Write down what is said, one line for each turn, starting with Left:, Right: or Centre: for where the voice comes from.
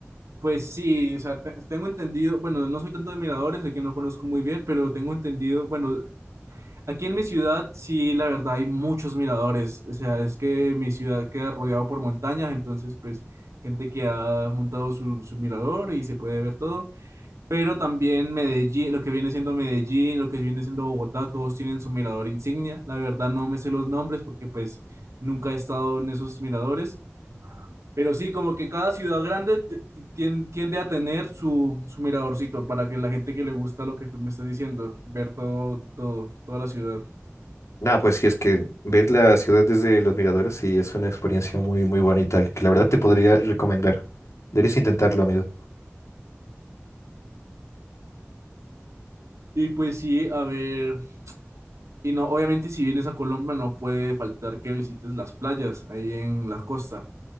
Right: Pues sí, o sea, te- tengo entendido, bueno, no soy tanto de miradores, el que no conozco muy bien, pero tengo entendido, bueno, aquí en mi ciudad sí, la verdad, hay muchos miradores, o sea, es que mi ciudad queda rodeado por montañas, entonces, pues, gente que ha montado su, su mirador y se puede ver todo, pero también Medellín, lo que viene siendo Medellín, lo que viene siendo Bogotá, todos tienen su mirador insignia, la verdad no me sé los nombres porque, pues, nunca he estado en esos miradores. Pero sí, como que cada ciudad grande t- t- tien- tiende a tener su, su miradorcito para que la gente que le gusta lo que tú me estás diciendo, ver todo, todo, toda la ciudad.
Left: Nada, pues si es que ver la ciudad desde los miradores, sí, es una experiencia muy, muy bonita, que la verdad te podría recomendar. Deberías intentarlo, amigo.
Right: Y pues sí, a ver, y no, obviamente si vienes a Colombia no puede faltar que visites las playas ahí en la costa,